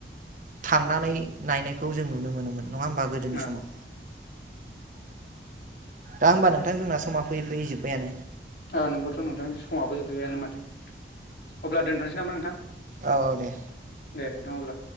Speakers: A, on the right (about 45°); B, on the left (about 60°).
A: थांनानै नायनायखौ जों नुनो मोनोमोन नङा होमबा गोदोनि
B: औ
A: समाव? दा होमबा नोंथां जोंना समा फैयै फैयै जोबबायानो
B: औ नोंगौथ' नोंथां समाबबो जोबबायानो माथो अब्ला दोनथ'नोसै नामा नोंथां,
A: औ औ दे
B: दे नोंथां अब्ला